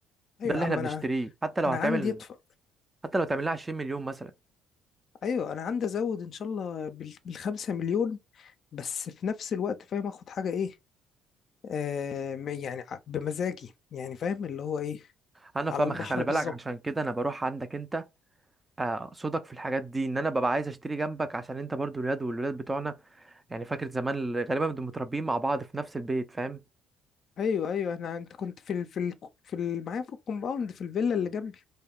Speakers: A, on the left; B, on the right.
A: ايوه
B: ده اللي
A: يا عم
B: احنا بنشتريه
A: انا
B: حتى لو
A: انا
B: هتعمل
A: عندي يدفع
B: حتى لو تعمل لها 20 مليون مثلا
A: ايوه انا عندي ازود ان شاء الله بال- بالخمسة مليون بس في نفس الوقت فاهم اخد حاجه ايه آه م- يعني ع- بمزاجي يعني فاهم اللي هو ايه
B: انا
A: على
B: فاهمك
A: البحر
B: خلي
A: بالظبط
B: بالك عشان كده انا بروح عندك انت آه، صدق في الحاجات دي ان انا ببقى عايز اشتري جنبك عشان انت برضو الولاد والولاد بتوعنا يعني فاكر زمان اللي غالبا بنبقى متربيين مع بعض في نفس البيت فاهم
A: ايوه ايوه انا انت كنت في ال... في ال... في ال... معايا في الكومباوند في الفيلا اللي جنبي